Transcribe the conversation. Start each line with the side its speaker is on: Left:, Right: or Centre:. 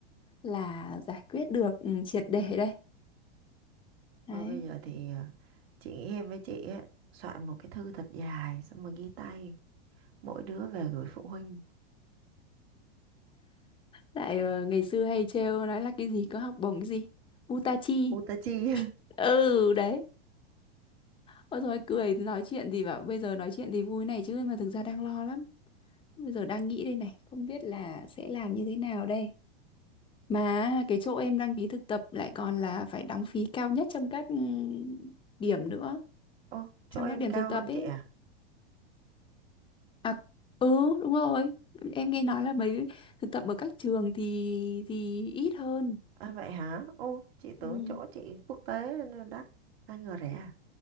Left: là giải quyết được ừ, triệt để đây đấy
Right: Thôi bây giờ thì ờ, chị nghĩ em với chị ấy, soạn một cái thư thật dài xong rồi ghi tay. Mỗi đứa về gửi phụ huynh.
Left: lại ờ, ngày xưa hay trêu nói là cái gì có học bổng cái gì Butachi
Right: U ta chi? <laughs>
Left: ừ đấy ôi rồi cười nói chuyện thì bảo bây giờ nói chuyện thì vui này chứ mà thực ra đang lo lắm bây giờ đang nghĩ đây này không biết là sẽ làm như thế nào đây mà cái chỗ em đăng ký thực tập lại còn là phải đóng phí cao nhất trong các ừ, điểm nữa
Right: Ô, chỗ
Left: trong
Right: em
Left: các điểm
Right: cao
Left: thực tập
Right: hơn
Left: ấy
Right: chị à?
Left: à ừ đúng rồi em nghe nói là mấy thực tập ở các trường thì thì ít hơn
Right: À vậy hả? Ô, chị tưởng
Left: ừ
Right: chỗ chị quốc tế nên đắt, ai ngờ rẻ à?